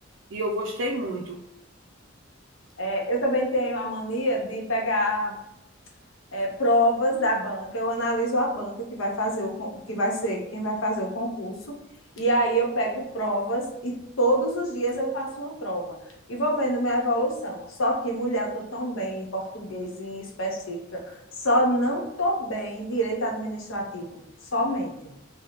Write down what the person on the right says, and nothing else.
e eu gostei muito.